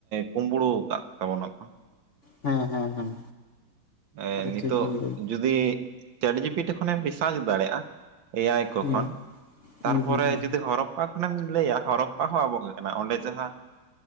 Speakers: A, on the right (about 70°); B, on the left (about 50°).
A: ᱠᱩᱢᱵᱽᱲᱩ ᱟᱠᱟᱫ ᱛᱟᱵᱚᱱᱟ ᱠᱚ᱾
B: ᱦᱮᱸ ᱦᱮᱸ ᱦᱮᱸ
A: ᱮ
B: ᱟᱹᱰᱤ
A: ᱱᱤᱛᱟᱜ
B: ᱴᱷᱤᱠ ᱵᱤᱱ ᱞᱟᱹᱭ
A: ᱡᱩᱫᱤ ᱪᱮᱴ ᱡᱤᱯᱤ ᱴᱷᱚᱱ ᱠᱷᱚᱱᱮᱢ ᱨᱤᱥᱟᱨᱪ ᱫᱟᱲᱮᱭᱟᱜᱼᱟ ᱮ ᱟᱭ ᱠᱚ
B: ᱦᱮᱸ
A: ᱠᱷᱚᱱ ᱛᱟᱨᱯᱚᱨᱮ
B: ᱦᱩᱸ ᱦᱩᱸ ᱦᱩᱸ
A: ᱡᱩᱫᱤ ᱦᱚᱨᱚ ᱚᱠᱟ ᱠᱷᱚᱱᱟᱜᱮᱢ ᱞᱟᱹᱭᱟ ᱦᱚᱨᱚᱯᱟᱦ ᱦᱚᱸ ᱟᱵᱚ ᱟᱠᱟᱱᱟ᱾ ᱚᱸᱰᱮ ᱡᱟᱦᱟᱸ